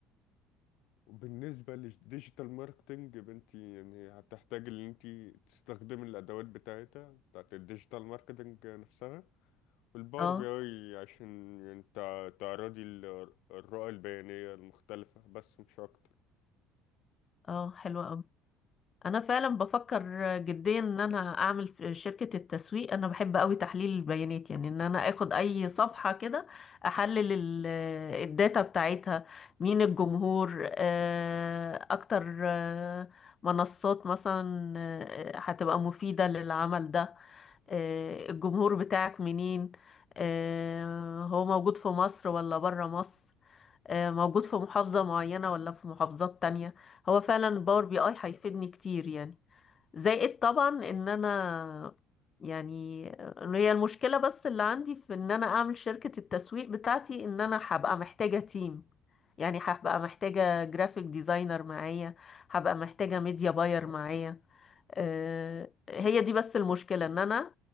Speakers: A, on the left; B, on the left.
A: وبالنسبة للديجيتال ماركتنج يا بنتي يعني هتحتاج إن أنت تستخدمي الأدوات بتاعتها بتاعت الديجيتال ماركتنج نفسها والباور
B: اه
A: بي أي عشان يعني تع- تعرضي ال- الرؤى البيانية المختلفة بس مش أكتر
B: اه حلوة قوي انا فعلا بفكر جديا ان انا اعمل في شركة التسويق انا بحب قوي تحليل البيانات يعني ان انا اخد اي صفحة كده احلل ال- الداتا بتاعتها مين الجمهور آه، اكتر آه، منصات مثلا آه، هتبقى مفيدة للعمل ده آه، الجمهور بتاعك منين آه، هو موجود في مصر ولا برا مصر آه، موجود في محافظة معينة ولا في محافظات تانية هو فعلا الباور بي اي هيفيدني كتير يعني زائد طبعا ان انا يعني إن هي المشكلة بس اللي عندي في ان انا اعمل شركة التسويق بتاعتي ان انا هبقى محتاجة تيم يعني هبقى محتاجة جرافيك ديزاينر معايا هبقى محتاجة ميديا باير معايا آه، هي دي بس المشكلة ان انا